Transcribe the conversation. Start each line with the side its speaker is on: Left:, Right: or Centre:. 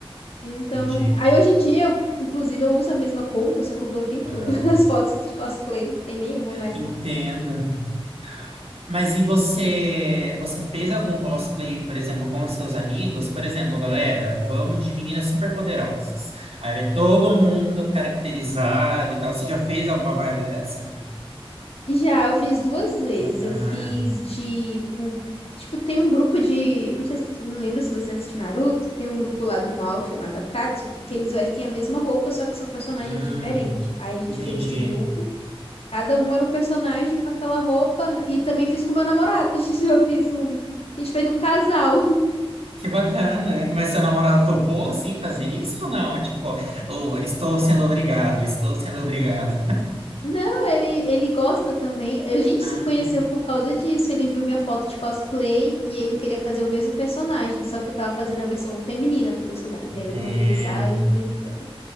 Left: Então.
Right: entendi.
Left: Aí hoje em dia, eu, inclusive, eu uso a mesma conta, só que eu bloqueei
Right: Aham.
Left: tudo. <laughs> As fotos de cosplay, não tem nenhuma mais
Right: Entendo.
Left: lá.
Right: Mas e você, você fez algum cosplay, por exemplo, com os seus amigos? Por exemplo, galera, vamos de meninas superpoderosas. Aí vai todo mundo caracterizado e tal. Você já fez alguma vibe dessa?
Left: Já, eu fiz duas vezes.
Right: Que bacana.
Left: Eu fiz de um, tipo, tem um grupo de, eu não sei se tu não lembra se você assiste Naruto, tem um grupo lá do mal chamado Akatsuki, que eles vestem a mesma roupa, só que são personagens
Right: Hum,
Left: diferentes. Aí a gente
Right: entendi.
Left: fez esse grupo. Cada um era um personagem com aquela roupa e também fiz com meu namorado. <laughs> Eu fiz um, a gente fez um casal.
Right: Que bacana. Mas seu namorado topou, assim, fazer isso ou não? Tipo, oh, estou sendo obrigado, estou sendo obrigado.
Left: Não, ele, ele gosta também. A gente
Right: Ah,
Left: se conheceu por causa disso. Ele viu minha foto de cosplay e ele queria fazer o mesmo personagem, só que eu tava fazendo a versão feminina do personagem.
Right: entendo.
Left: Aí ele mandou mensagem perguntando.